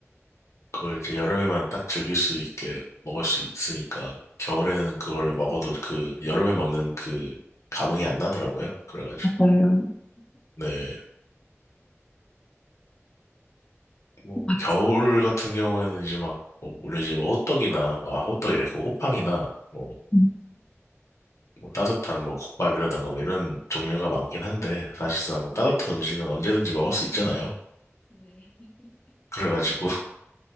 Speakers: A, on the left; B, on the left.
A: 그걸 이제 여름에만 딱 즐길 수 있게 먹을 수 있으니까 겨울에는 그걸 먹어도 그 여름에 먹는 그 감흥이 안 나더라고요. 그래가지고
B: 맞아요.
A: 네. 뭐
B: 아,
A: 겨울 같은 경우에는 이제 막뭐 물론 이제 뭐 호떡이나 뭐 아, 호떡이래 그 호빵이나 뭐,
B: 네, <laughs>
A: 뭐 따뜻한 뭐 국밥이라든가 뭐 이런 종류가 많긴 한데 사실상 뭐 따뜻한 음식은 언제든지 먹을 수 있잖아요. 그래가지고